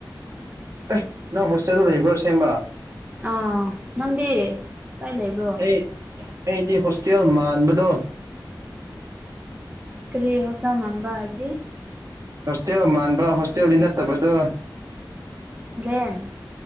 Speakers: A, on the right; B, on the right.
A: ꯑꯦ ꯅꯪ ꯍꯣꯁꯇꯦꯜ ꯂꯩꯕ꯭ꯔꯣ ꯑꯁꯦꯡꯕ
B: ꯑꯥ ꯅꯪꯗꯤ ꯀꯥꯏ ꯂꯩꯕ꯭ꯔꯣ
A: ꯑꯩ ꯑꯩꯗꯤ ꯍꯣꯁꯇꯦꯜ ꯃꯥꯟꯕꯗꯣ
B: ꯀꯔꯤ ꯍꯣꯁꯇꯦꯜ ꯃꯥꯟꯕ ꯍꯥꯏꯕꯗꯤ
A: ꯍꯣꯁꯇꯦꯜ ꯃꯥꯟꯕ ꯍꯣꯁꯇꯦꯜꯗꯤ ꯅꯠꯇꯕꯗꯣ
B: ꯔꯦꯟꯠ